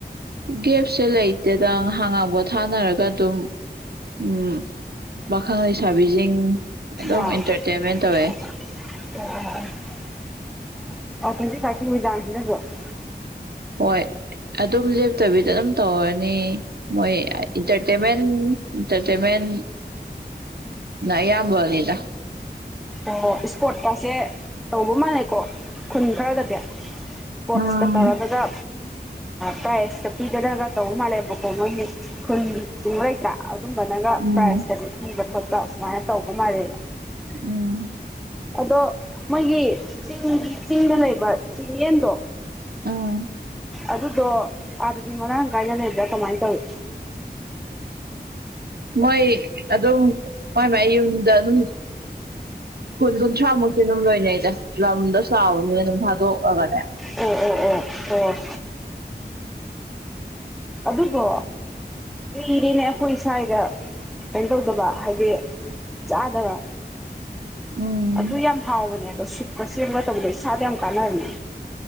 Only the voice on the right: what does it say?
ꯒꯦꯞꯁꯦ ꯂꯩꯇꯦꯗ ꯉꯍꯥꯛ ꯉꯍꯥꯛ ꯄꯣꯊꯥꯅꯔꯒ ꯑꯗꯨꯝ ꯎ ꯄꯥꯈꯪ ꯂꯩꯁꯥꯕꯤꯁꯤꯡ ꯑꯗꯨꯝ
ꯏꯟꯇꯔꯇꯦꯟꯃꯦꯟ ꯇꯧꯋꯦ
ꯍꯣꯏ ꯑꯗꯨꯝ ꯂꯦꯞꯇꯕꯤꯗ ꯑꯗꯨꯝ ꯇꯧꯔꯅꯤ ꯃꯣꯏ ꯏꯟꯇꯔꯇꯦꯟꯃꯦꯟ ꯏꯟꯇꯔꯇꯦꯟꯃꯦꯟ ꯅ ꯑꯌꯥꯝꯕꯅꯤꯗ
ꯎꯝ
ꯎꯝ
ꯎꯝ
ꯑꯥꯝ
ꯃꯣꯏ ꯑꯗꯨꯝ ꯃꯣꯏ ꯃꯌꯨꯝꯗ ꯑꯗꯨꯝ ꯀꯨꯟ ꯀꯨꯟꯊ꯭ꯔꯥ ꯃꯨꯛꯇꯤ ꯑꯗꯨꯝ ꯂꯣꯏꯅꯩꯗ ꯂꯝꯗꯣ ꯆꯥꯎꯕꯅꯤꯅ ꯑꯗꯨꯝ ꯊꯥꯗꯣꯛꯂꯒꯅꯦ
ꯎꯝ